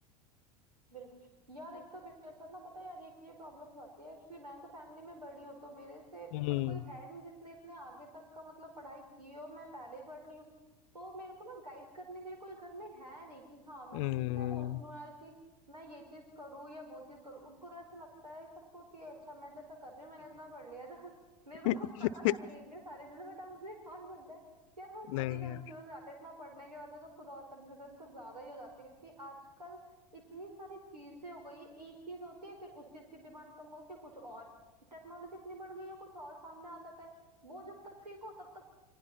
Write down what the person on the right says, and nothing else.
बिल्कुल यार एक तो मेरे साथ ना पता है यार ये ये प्रॉब्लम्स आती है एक्चुअली मैं तो फैमिली में बड़ी हूँ तो मेरे से
ऊपर कोई है नहीं जिसने इतने आगे तक का मतलब पढ़ाई की हो मैं पहले ही पढ़ रही हूँ तो मेरे को ना गाइड करने के लिए कोई घर में है नहीं कि हाँ मैं
किससे पूछ लूँ यार कि मैं ये चीज करूँ या वो चीज करूँ उनको तो ऐसा लगता है सबको कि अच्छा मैं जैसा कर रही हूँ मैंने इतना पढ़ लिया था <laughs> मेरे
को खुद पता चल गई इनके सारी चीजें बट अब उन्हें कौन समझता है यार हम खुद
ही कंफ्यूज
हो जाते हैं इतना पढ़ने के बाद में तो खुद और कंफ्यूजन कुछ ज्यादा ही हो जाती है क्योंकि आजकल इतनी सारी चीजें हो गई है एक चीज होती है फिर उस चीज की डिमांड कम होके कुछ और टेक्नोलॉजी इतनी बढ़ गई है कुछ और सामने आ जाता है वो जब तक सीखो तब